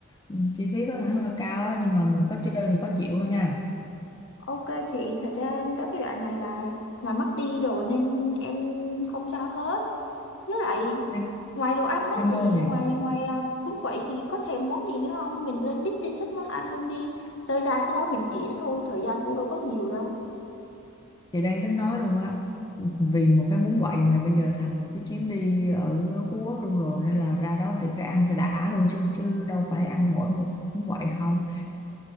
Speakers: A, on the left (about 20°); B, on the left (about 65°).
A: Ừ, Chi phí có thể hơi cao á nhưng mà mình có chơi thì có chịu thôi nha.
B: ok chị thật ra tới cái đoạn này là là mất đi rồi nên em không sao hết với lại
A: Em
B: Ngoài đồ ăn á
A: em
B: chị,
A: ơi
B: ngoài ngoài à, bún quậy thì có thèm món gì nữa không? Mình lên list trên sách món ăn luôn đi. Rơi ra tới đó mình chuyển thôi, thời gian cũng đâu có nhiều đâu.
A: chị đang tính nói luôn á vì một cái bún quậy mà bây giờ thành một cái chuyến đi ở Phú Quốc luôn rồi nên là ra đó thì phải ăn cho đã luôn chứ chứ đâu phải ăn mỗi một bún quậy không